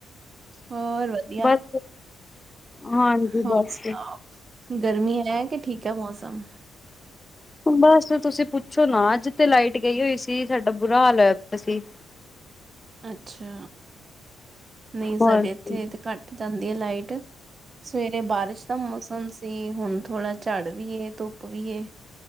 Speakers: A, on the right; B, on the left.
A: ਹੋਰ ਵਧੀਆ,
B: ਬਸ ਹਾਂਜੀ
A: ਹੋਰ
B: ਬਸ
A: ਸੁਣਾਓ? ਗਰਮੀ ਹੈ, ਕਿ ਠੀਕ ਹੈ ਮੌਸਮ?
B: ਬਸ ਤੁਸੀਂ ਪੁੱਛੋ ਨਾ, ਅੱਜ ਤੇ ਲਾਈਟ ਗਈ ਹੋਈ ਸੀ, ਸਾਡਾ ਬੁਰਾ ਹਾਲ ਹੋਇਆ ਪਿਆ ਸੀ।
A: ਅੱਛਾ! ਨਹੀਂ ਸਾਡੇ
B: ਹਾਂਜੀ।
A: ਇੱਥੇ ਤੇ ਘੱਟ ਜਾਂਦੀ ਹੈ ਲਾਈਟ। ਸਵੇਰੇ ਬਾਰਿਸ਼ ਦਾ ਮੌਸਮ ਸੀ, ਹੁਣ ਥੋੜ੍ਹਾ ਝੜ ਵੀ ਏ, ਧੁੱਪ ਵੀ ਏ।